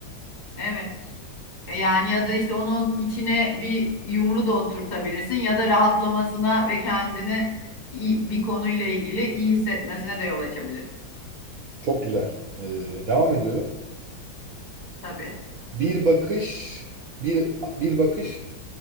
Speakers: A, on the left (about 20°); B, on the right (about 60°).
A: Evet. E Yani ya da işte onun içine bir yumru da oturtabilirsin ya da rahatlamasına ve kendini iyi- bir konuyla ilgili iyi hissetmesine de yol açabilirsin.
B: Çok güzel. Ee, devam ediyorum.
A: Tabii.
B: Bir bakış bir bir bakış